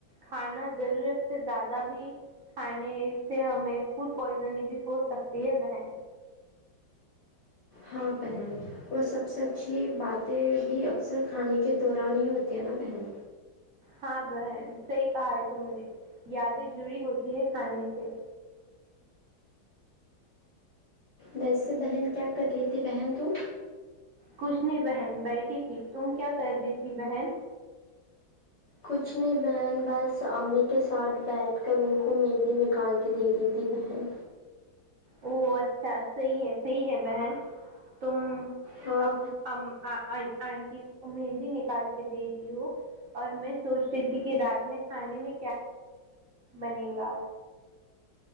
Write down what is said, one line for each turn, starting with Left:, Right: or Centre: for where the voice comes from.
Right: کھانا ضرورت سے زیادہ بھی کھانے اس سے ہمیں فوڈ پوائزن بھی ہو سکتی ہے بہن
Left: ہاں بہن وہ سب سے اچھی باتیں بھی اکثر کھانے کے دوران ہی ہوتی ہے نا بہن
Right: ہاں بہن صحیح کہا ہے تم نے یادیں جڑی ہوتی ہے کھانے سے
Left: ویسے بہن کیا کر رہی تھی بہن تم
Right: کھ نے بہن بیٹھی تھی تم کیا کر رہی تھی بہن
Left: کچھ نے بہن بس امی کے ساتھ بیٹھ کر ان کو مندی نکال کے دے رہی تھی بہن
Right: او اچھا صحیح ہے صحیح ہے بہن توم
Left: ہاں
Right: آنٹی مہندی نکال کے دے رہی ہوں اور میں سوچ رہی تھی کہ رات میں کھانے میں کیا بنے گا